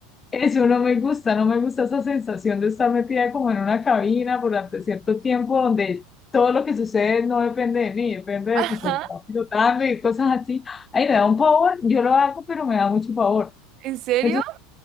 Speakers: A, on the left (about 20°); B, on the right (about 45°).
A: Eso no me gusta, no me gusta esa sensación de estar metida como en una cabina durante cierto tiempo donde todo lo que sucede no depende de mí, depende
B: Ajá,
A: de pues, el que va pilotando y cosas así. Ahí me da un pavor, yo lo hago, pero me da mucho pavor.
B: ¿en serio?
A: Entonces,